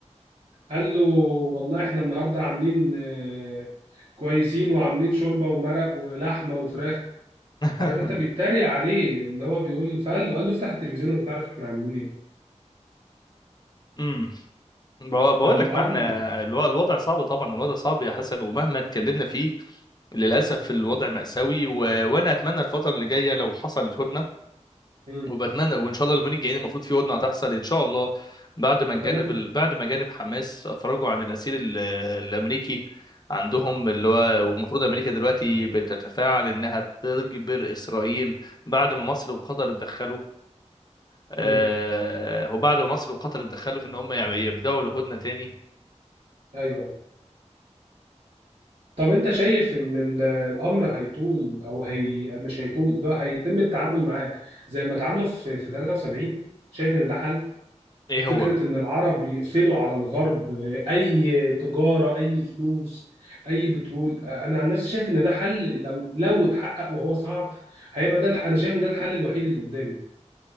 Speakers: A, on the right; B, on the left.
A: قال له والله احنا النهارده عاملين آه، كويسين وعاملين شوربه ومرق ولحمه وفراخ
B: <laughs>
A: عارف انت بيتريق عليه اللي هو بيقول فقال له قال له افتح التلفزيون وانت تعرف احنا عاملين ايه
B: امم بقول بقول
A: فالامر
B: لك ما احنا الو- الوضع صعب طبعا الوضع صعب يا حسن ومهما اتكلمنا فيه للاسف الوضع مأساوي و... وانا اتمنى الفتره اللي جايه لو حصلت هدنه
A: مم،
B: وبتمنى وان شاء الله اليومين الجايين المفروض في هدنه هتحصل ان شاء الله بعد ما
A: متمم
B: الجانب ال- بعد ما جانب حماس افرجوا عن الاسير ال... الامريكي عندهم اللي هو والمفروض امريكا دلوقتي بتتفاعل انها تجبر اسرائيل بعد ما مصر وقطر اتدخلوا آه...
A: مم،
B: وبعد ما مصر وقطر اتدخلوا في ان هم يعني يبداوا الهدنه تاني
A: ايوه طب انت شايف ان ال- الامر هيطول او هي مش هيطول اللي هو هيتم التعامل معاه زي ما اتعاملوا في في 73 شايف ان ده حل
B: ايه
A: فكرة
B: هو
A: إن العرب يقفلوا على الغرب أي تجارة أي فلوس أي بترول أنا عن نفسي شايف إن ده حل لو لو اتحقق وهو صعب هيبقى ده الح- أنا شايف إن ده الحل الوحيد اللي قدامي